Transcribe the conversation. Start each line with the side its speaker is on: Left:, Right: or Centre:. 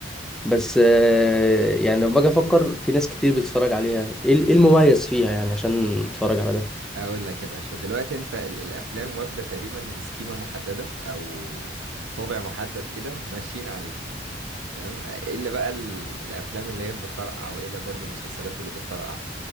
Centre: بس آه يعني لما باجي افكر في ناس كتير بتتفرج عليها ايه إيه المميز فيها يعني عشان اتفرج على ده
Right: اقول لك يا باشا دلوقتي انت ال- الافلام واخدة تقريبا سكيمة محددة او طابع محدد كده ماشيين عليه تمام الا بقى ال- الافلام اللي هي بتطرقع والا برضو المسلسلات اللي بتطرقع